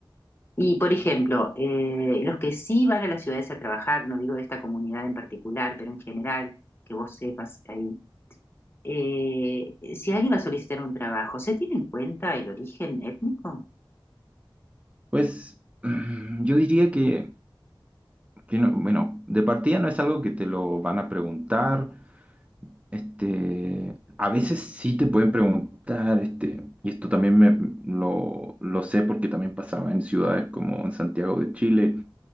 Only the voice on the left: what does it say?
Y, por ejemplo, eh, los que sí van a las ciudades a trabajar, no digo de esta comunidad en particular, pero en general, que vos sepas ahí, eh, si alguien va a solicitar un trabajo, ¿se tiene en cuenta el origen étnico?